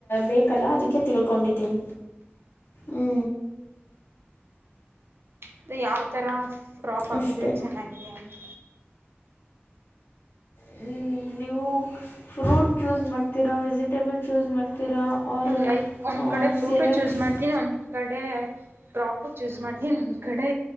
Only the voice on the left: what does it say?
ಬೇಕಲ್ಲ ಅದಕ್ಕೆ ತಿಳ್ಕೊಂಡಿದ್ದೀವಿ. ಹ್ಞೂ
ಅಷ್ಟೇ
ಮ್, ನೀವು ಫ್ರೂಟ್ ಚೂಸ್ ಮಾಡ್ತೀರಾ ವೆಜಿಟೇಬಲ್ ಚೂಸ್ ಮಾಡ್ತೀರಾ. ಆರ್
ಸಿರಕ್ಸ್